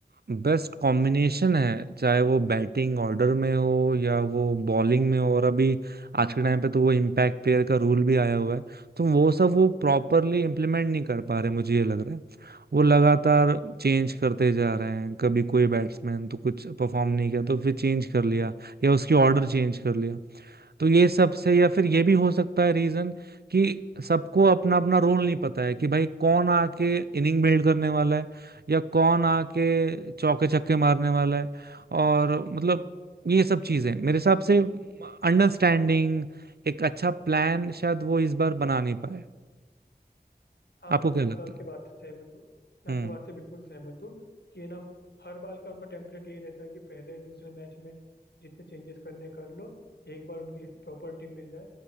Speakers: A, on the right; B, on the left.
A: बेस्ट कॉम्बिनेशन है चाहे वो बैटिंग ऑर्डर में हो या वो बॉलिंग में हो और अभी आज के टाइम पे तो वो इम्पैक्ट प्लेयर का रूल भी आया हुआ है तो वो सब वो प्रॉपरली इम्प्लीमेंट नहीं कर पा रहे मुझे ये लग रहा है वो लगातार चेंज करते जा रहे हैं कभी कोई बैट्समैन तो कुछ परफॉर्म नहीं किया तो फिर चेंज कर लिया या उसकी ऑर्डर चेंज कर लिया तो ये सब से या फिर ये भी हो सकता है रीजन कि सबको अपना अपना रोल नहीं पता है कि भाई कौन आके इनिंग बिल्ड करने वाला है या कौन आके चौके छक्के मारने वाला है और मतलब ये सब चीजें मेरे हिसाब से अंडरस्टैंडिंग एक अच्छा प्लान शायद वो इस बार बना नहीं पाए
B: हाँ
A: आपको
B: मैं बिल्कुल
A: क्या लगता
B: आपके
A: है
B: बात से सहमत हूँ मैं
A: हम्म
B: आपकी बात से बिल्कुल सहमत हूँ कि ना हर बार का उनका टेम्पलेट यही रहता है कि पहले दूसरे मैच में जितने चेंजेस करने कर लो एक बार उनकी प्रॉपर टीम मिल जाए